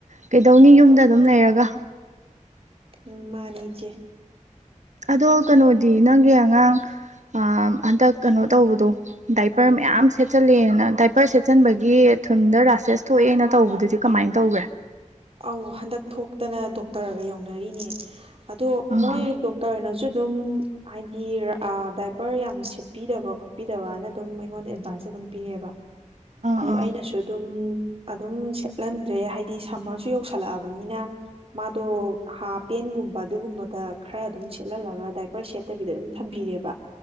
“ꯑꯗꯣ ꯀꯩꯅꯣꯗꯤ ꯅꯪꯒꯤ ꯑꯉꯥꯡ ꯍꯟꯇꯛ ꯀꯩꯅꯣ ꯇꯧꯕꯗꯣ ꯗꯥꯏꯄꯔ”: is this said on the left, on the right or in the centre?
Right